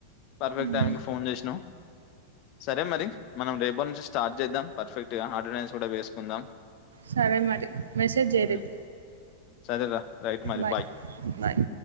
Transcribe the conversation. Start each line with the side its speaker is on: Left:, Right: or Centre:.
Left: పర్ఫెక్ట్
Right: ఉమ్
Left: టైంకి ఫోన్ చేసినవ్ సరే మరి మనం రేపనుంచి స్టార్ట్ చేద్దాం పర్ఫెక్ట్గా ఆటనెన్స్ కూడ వేసుకుందాం
Right: సరే మరి మెసేజ్ చేయ్
Left: హ్మ్.
Right: రేపు
Left: సరేరా రైట్ మరి
Right: బాయ్ బాయ్